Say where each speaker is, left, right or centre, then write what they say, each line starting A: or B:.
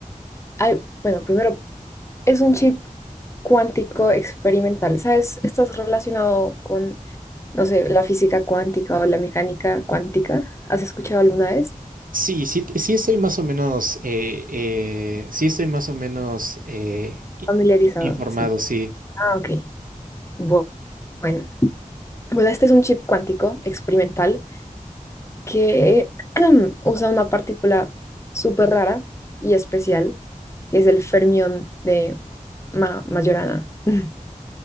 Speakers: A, on the left; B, on the right.
A: ay, bueno, primero, es un chip cuántico experimental, ¿sabes? ¿Estás relacionado con, no sé, la física cuántica o la mecánica cuántica? ¿Has escuchado alguna vez?
B: Sí, sí, t- sí estoy más o menos, eh, eh, sí estoy más o menos eh, i-
A: Familiarizado,
B: informado,
A: sí.
B: sí.
A: Ah, ok. Bu- Bueno, bueno, este es un chip cuántico experimental que <clears throat> usa una partícula súper rara y especial, que es el fermión de Ma- Majorana, <laughs>